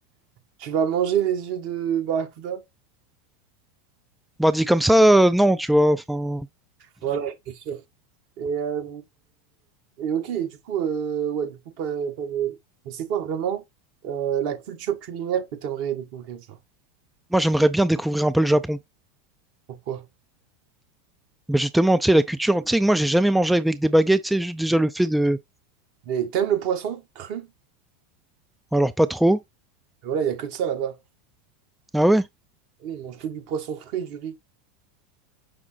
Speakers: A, on the right (about 55°); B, in the centre.
A: Tu vas manger les yeux de barracuda?
B: Bah, dit comme ça, euh, non, tu vois, enfin...
A: Voilà. Et, euh, et ok, et du coup, euh, ouais, du coup, pas, pas de... Mais c'est quoi vraiment euh, la culture culinaire que tu aimerais découvrir, genre?
B: Moi, j'aimerais bien découvrir un peu le Japon.
A: Pourquoi?
B: Mais justement, tu sais, la culture, tu sais, moi, j'ai jamais mangé avec des baguettes, tu sais, juste déjà le fait de...
A: Mais t'aimes le poisson cru?
B: Alors, pas trop.
A: Voilà, il y a que de ça là-bas.
B: Ah ouais?
A: Oui, ils mangent que du poisson cru et du riz.